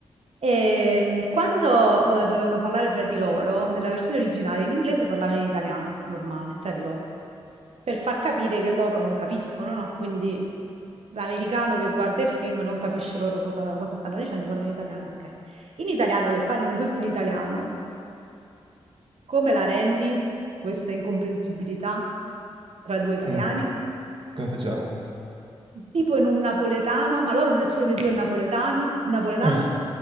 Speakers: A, on the right; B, on the right.
A: Ehm, quando, uhm, dovevano parlare tra di loro, nella versione originale in inglese parlavano in italiano, normale, tra di loro, per far capire che loro non capiscono, no, quindi l'americano che guarda il film non capisce loro cosa cosa stanno dicendo, parlano in italiano, okay. In italiano che parlano tutti in italiano, come la rendi questa incomprensibilità tra 2 italiani?
B: mm, come facciamo?
A: Tipo in un napoletano, ma loro nessuno dei 2 è napoletani napoletano
B: <laughs>